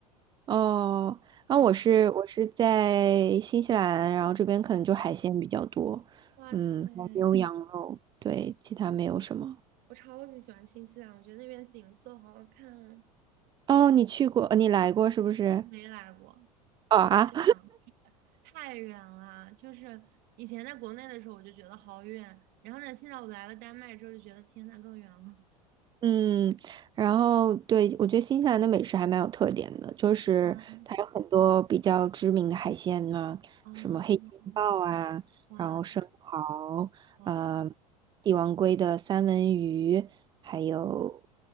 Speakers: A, on the right; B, on the right.
A: 哦，然我是我是在新西兰，
B: 对，
A: 然后这边可能就海鲜比较多，
B: 哇塞，
A: 嗯，还有牛羊肉，对，其他没有什么。
B: 我超级喜欢新西兰，我觉得那边景色好好看。
A: 哦，你去过，你来过是不是？
B: 没来过，
A: 哦啊，
B: 我太想，太远了。就是以前在国内的时候，我就觉得好远，然后呢，现在我来了丹麦之后，就觉得天呐，更远了。
A: 嗯，然后对，我觉得新西兰的美食还蛮有特点的，就是它有很多比较知名的海鲜啊，
B: 啊，哦，
A: 什么黑金鲍啊，
B: 哇
A: 然后生蚝，
B: 哇！
A: 呃，帝王鲑的三文鱼，还有